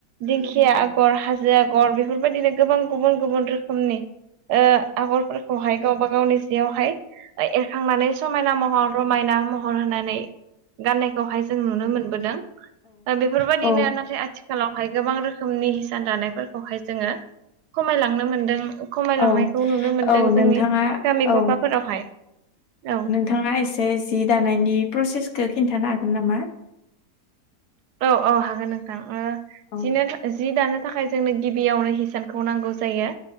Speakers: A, on the right (about 75°); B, on the left (about 65°).
A: दिंखिया आगर, हाजो आग आगर बेफोरबायदिनो गोबां गुबुन गुबुन रोखोमनि ओ आगर फोरखौहाय गावबा गावनि जियावहाय एरखांनानै समायना महर रमायना महर होनानै गाननायखौहाय जों नुनो मोन बोदों बेफोरबायदिनो
B: औ
A: नाथाय आथिखाल आथिखालावहाय गोबां रोखोमनि हिसान दानायफोरखौहाय जोङो खमायलांनो मोनदों खमायलांनायखौ
B: औ
A: नुनो मोनदों
B: औ नोंथाङा
A: जोंनि गामि
B: औ
A: गफाफोरावहाय औ
B: नोंथाङा एसे जि दानायनि प्रसेसखौ खिन्थानो हागोन नामा
A: औ औ हागोन नोंथां
B: औ
A: जिनो जि दानो थाखाय जोंनो गिबियावनो हिसानखौ नांगौ जायो